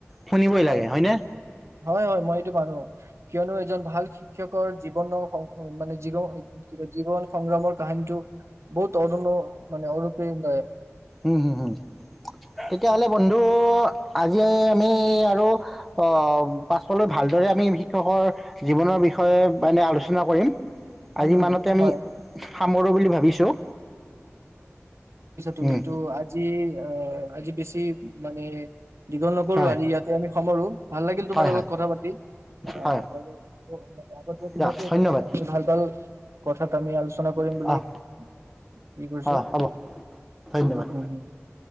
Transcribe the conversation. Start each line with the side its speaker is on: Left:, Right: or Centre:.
Centre: শুনিবই
Right: হয়,
Centre: লাগে হয়নে?
Right: হয় - হয় মই এইটো মানোঁ। কিয়নো এজন ভাল শিক্ষকৰ জীৱন অ' মানে জীৰ- জীৱন সংগ্ৰামৰ কাহিনীটো বহু তদন্দ মানে আৰু <unintelligible>
Centre: উম - উম - উম। তেতিয়াহ'লে কিন্তু আজি আমি আৰু অ' পাছলৈ ভালদৰে আমি শিক্ষকৰ জীৱনৰ বিষয়ে মানে আলোচ চনা কৰিম।
Right: উম
Centre: আজি ইমানতে আমি
Right: হয়
Centre: সামৰোঁ বুলি ভাবিছোঁ।
Right: তুমিতো
Centre: উম
Right: আজি অ' আজি বেছি মানে দীঘল নকৰোঁ,
Centre: হয়
Right: আজি ইয়াতে আমি সামৰোঁ। ভাল লাগিল তোমাৰ
Centre: হয়
Right: লগত
Centre: হয়
Right: কথা পাতি। অ'
Centre: হয়
Right: বাৰু আৰু মানে আগন্তক দিনতো
Centre: দিয়ক ধন্যবাদ
Right: এনেকে আমি ভাল - ভাল কথাটো আমি আলোচ চনা কৰিম বুলি
Centre: অহ
Right: কৰিছো
Centre: অ' হ'ব। ধন্যবাদ।
Right: উম উম উম